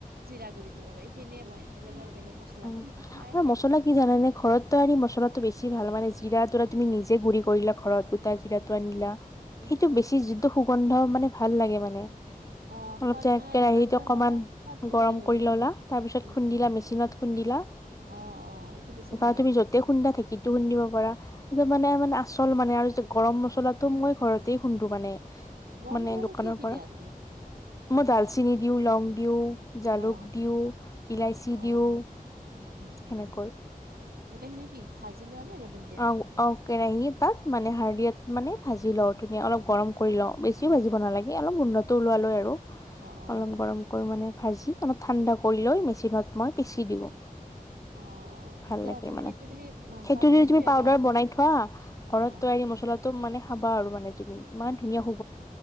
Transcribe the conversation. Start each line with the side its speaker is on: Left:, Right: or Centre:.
Right: জিৰা গুৰিটো কৰোঁ, এইখিনিয়ে মই বেলেগ আৰু বেলেগ মছলা
Left: অ
Right: <unintelligible>
Left: আৰু মছলা কি জানানে? ঘৰত তৈয়াৰী মছলাটো বেছি ভাল মানে জিৰা তোৰা তুমি নিজে গুৰি কৰিলা ঘৰত, গোটা জিৰাটো আনিলা,
Right: উম
Left: সেইটো
Right: উম
Left: বেছি
Right: উম
Left: যিটো সুগন্ধ মানে ভাল লাগে মানে
Right: অ
Left: অলপ
Right: সোৱাদ
Left: তিয়াই
Right: মানে
Left: কেৰাহিত
Right: আঞ্জাখনৰ
Left: অকমান
Right: সোৱাদটোৱে
Left: গৰম
Right: বেলেগ হৈ
Left: কৰি
Right: যায়
Left: ললা তাৰপিছত
Right: উম
Left: খুন্দিলা
Right: উম
Left: মেচিনত খুন্দিলা।
Right: অ অ এইটো বেছি
Left: বা
Right: ভাল
Left: তুমি যতেই খুন্দা ঢেঁকীটো খুন্দিব পাৰা, সেইটো মানে মানে আচল মানে আৰু যে গৰম মছলাটো
Right: হয়
Left: মই ঘৰতে খুন্দু মানে
Right: গৰম
Left: মানে
Right: মছলাটো
Left: দোকানৰ
Right: কি কি
Left: পৰা
Right: দিয়া তুমি আনি
Left: মই
Right: পেলাই
Left: ডালচিনি দিওঁ, লং দিওঁ, জালুক
Right: অ
Left: দিওঁ, ইলাচি
Right: অ
Left: দিওঁ
Right: উম উম উম
Left: সেনেকৈ
Right: গোটেইখিনি কি ভাজি লোৱা নে ৰ'দত দিয়া
Left: অঁ অঁ কেৰাহীত বা মানে হাৰ্ডিয়াত মানে ভাজি লওঁ ধুনীয়া অলপ গৰম কৰি লওঁ, বেছিও ভাজিব নালাগে অলপ গোন্ধটো ওলোৱালৈ আৰু।
Right: অ অ
Left: অলম গৰম কৰি মানে ভাজি অলপ ঠাণ্ডা কৰি লৈ মেচিনত মই পিচি দওঁ
Right: অ
Left: ভাল
Right: দিয়া
Left: লাগে মানে,
Right: সেইটো তুমি মাংস
Left: সেইটোৰে
Right: আঞ্জাতো
Left: তুমি
Right: দিব
Left: পাউদাৰ
Right: পাৰা ন
Left: বনাই থোৱা ঘৰত
Right: অ
Left: তৈয়াৰী মছলাটো মানে খাবা আৰু মানে তুমি, ইমান ধুনীয়া সু